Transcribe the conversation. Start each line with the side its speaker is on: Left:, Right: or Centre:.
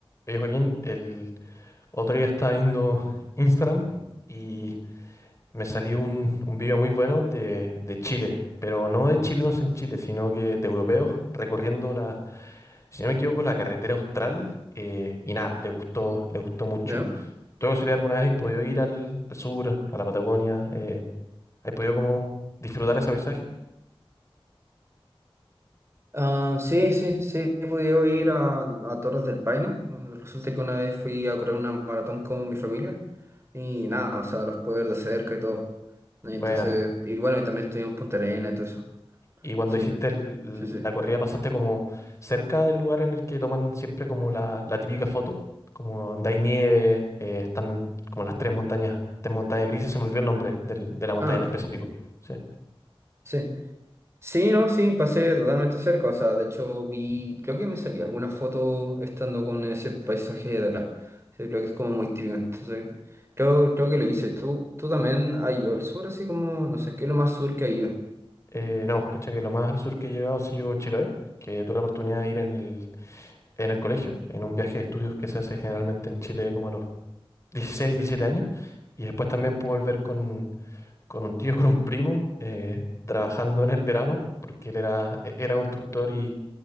Left: Oye, Joaquín, el otro día estaba viendo Instagram y me salió un, un video muy bueno de, de Chile, pero no de chilenos en Chile, sino que de europeos recorriendo la, si no me equivoco, la carretera austral eh, y nada, le gustó, le gustó mucho.
Right: ¿Ya?
Left: ¿Tú de casualidad alguna vez has podido ir al, al sur, a la Patagonia? Eh, ¿has podido como disfrutar ese paisaje?
Right: Ah, sí, sí, sí, he podido ir a, a Torres del Paine. Eh, Resulta que una vez fui a correr una maratón con mi familia y nada, o sea, los pude ver de cerca y todo. Y
Left: Buena.
Right: entonces, y bueno, y también estoy en Punta Arenas y todo eso.
Left: Y cuando
Right: Sí,
Left: hiciste el- el-
Right: sí, sí.
Left: la corrida, ¿pasaste como cerca del lugar en el que toman siempre como la, la típica foto? Como donde hay nieve, eh, están como las tres montañas, tres montañas grises, se me olvidó el nombre del- de la montaña
Right: Ah,
Left: en específico. Sí.
Right: sí. Sí, no, sí, pasé totalmente cerca. O sea, de hecho vi, creo que me saqué algunas fotos estando con ese paisaje de atrás. Sí, creo que es como muy típico. Entonces, creo, creo que lo hice. ¿Tú, tú también has ido al sur, así como, no sé, qué es lo más sur que has ido?
Left: Eh, no, caché que lo más al sur que he llegado ha sido Chiloé, que tuve la oportunidad de ir en el, en el colegio, en un viaje de estudios que se hace generalmente en Chile como a los 16 17 años. Y después también pude volver con, con un tío, con un primo, eh, trabajando en el verano, porque él era, e- era constructor y,